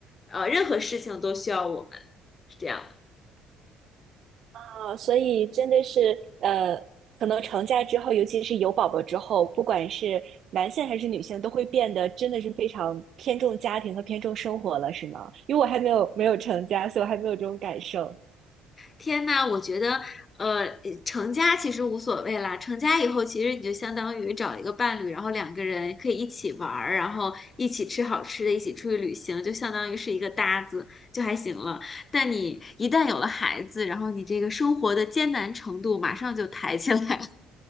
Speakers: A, on the left; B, on the right.
A: 呃，任何事情都需要我们，是这样的。
B: 呃，所以真的是呃，可能成家之后，尤其是有宝宝之后，不管是男性还是女性，都会变得真的是非常偏重家庭和偏重生活了，是吗？因为我还没有没有成家，所以我还没有这种感受
A: 天呐，我觉得，呃，成家其实无所谓啦。成家以后，其实你就相当于找一个伴侣，然后两个人可以一起玩儿，然后一起吃好吃的，一起出去旅行，就相当于是一个搭子，就还行了。但你一旦有了孩子，然后你这个生活的艰难程度马上就抬起来了，